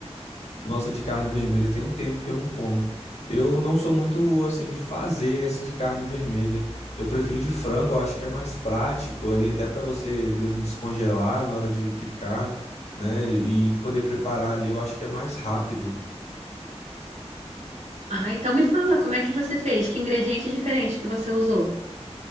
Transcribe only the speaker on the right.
Ah, então me fala, como é que você fez? Que ingrediente diferente que você usou?